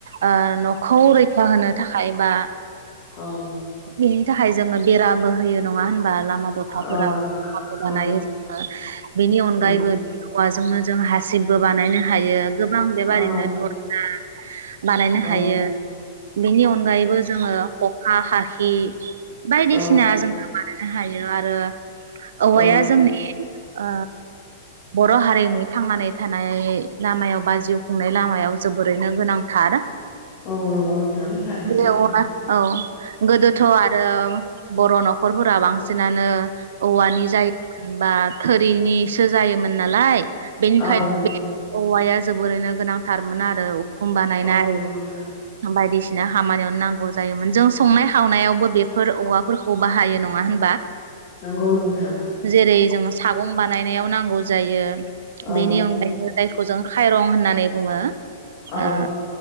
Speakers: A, on the right; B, on the left.
A: ओ नखरै खा होनो थाखाय बा
B: औ
A: बिनि थाखाय जोङो बेराबो होयो नङा होनबा। बार अखाफोराव
B: औ
A: <unintelligible> होनाय
B: औ
A: जोङो बेनि अनगायैबो
B: उम
A: औवाजोंनो जों हासिबबो बानायनो हायो गोबां बेबादिनो
B: औ
A: दरजा बानायनो हायो।
B: औ
A: बेनि अनगायैबो जोङो खखा खाखि बायदिसिना
B: औ
A: जोङो बानायनो हायो आरो। औवाया
B: औ
A: जोंनि ओ बर' हारिनि थांनानै थानाय लामायाव बा जिउ खुंनाय लामायाव जोबोरैनो गोनांथार
B: औ नंगौ नोंथां थारैनो
A: बे
B: सैथो
A: अरा औ गोदोथ' आरो बर' न'खरफोरा बांसिनानो औ जायबा थोरिनिसो जायोमोन नालाय बेनिखायनो
B: औ नंगौ
A: बे औवाया जोबोरैनो गोनांथारमोन आरो उखुम बानायनाय
B: औ नंगौ नोंथां
A: बायदिसि ना हामानियाव नांगौ जायोमोन जों संनाय खावनायावबो बेफोर औवाफोरखौ बाहायो नङा होन
B: नंगौ नोंथां
A: जेरै जोङो सागं बानायनायाव नांगौ जायो
B: औ
A: बेनि अनगायैबो जायखौ जों खायरं होननानै बुङो
B: औ
A: ओ